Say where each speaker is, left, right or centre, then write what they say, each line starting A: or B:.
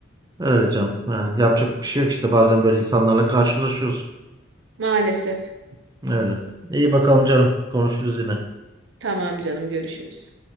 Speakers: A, on the right; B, on the right.
A: Öyle canım. Yani yapacak bir şey yok işte. Bazen böyle insanlarla karşılaşıyoruz.
B: Maalesef.
A: Öyle. İyi bakalım canım. Konuşuruz yine.
B: Tamam canım görüşürüz.